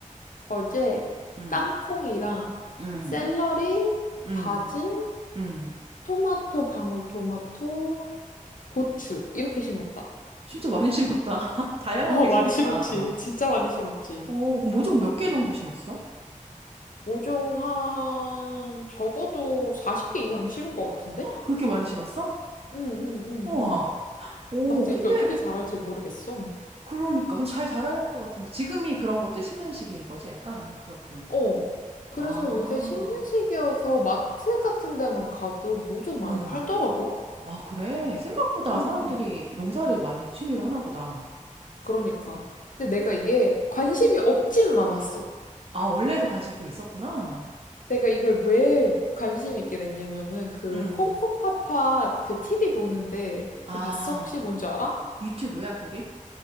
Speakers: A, on the left; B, on the right.
A: 어제
B: 음,
A: 땅콩이랑
B: 음,
A: 샐러리,
B: 음,
A: 바질,
B: 음.
A: 토마토, 방울토마토, 고추 이렇게 심었다.
B: 진짜 많이 심었다. <laughs> 다양하게
A: 어, 많이
B: 심었다.
A: 심었지. 진짜 많이 심었지.
B: 어, 모종 몇 개 정도 심었어?
A: 모종 한, 적어도 40개 이상 심은 것 같은데?
B: 그렇게 많이 심었어?
A: 응, 응, 응,
B: 우와.
A: 응.
B: 오,
A: 나도
B: 힘들,
A: 이게 어떻게 자랄지 모르겠어.
B: 그러니까 잘 자랄 것 같은데 지금이 그런 것들 심는 시기인 거지 약간 그렇게
A: 어. 그래서
B: 아,
A: 요새 심는 시기여서 마트 같은 데만 가도 모종 많이
B: 응.
A: 팔더라고?
B: 아, 그래? 생각보다
A: 응.
B: 사람들이
A: 응.
B: 농사를 많이 취미로 하나 보다.
A: 그러니까. 근데 내가 이게 관심이 없지는 않았어.
B: 아, 원래도 관심이 좀 있었구나.
A: 내가 이걸 왜 관심 있게 됐냐면은 그
B: 응.
A: 콩콩팥팥 그 TV 보는데
B: 아,
A: 그거 봤어? 혹시 뭔지 알아?
B: 유튜브야, 그게?